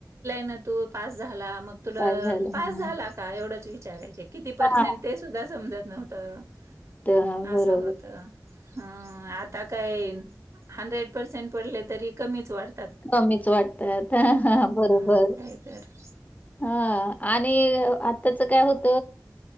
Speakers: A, on the right; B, on the left.
A: न तू पास झाला मग तुला
B: पास झाले
A: पास
B: हा
A: झाला का एवढच वि <inaudible> ा कि पसें
B: हा
A: सुा समत नव्हत <inaudible>
B: तर बरोबर
A: <inaudible> होत ह आता काय येईन हंड्रेड पर्सेंट पडले तरी कमीच वाढत <inaudible>
B: <inaudible> कमीच वाटतात ह ह बरोबर
A: मग काय तर
B: हा आताच काय होत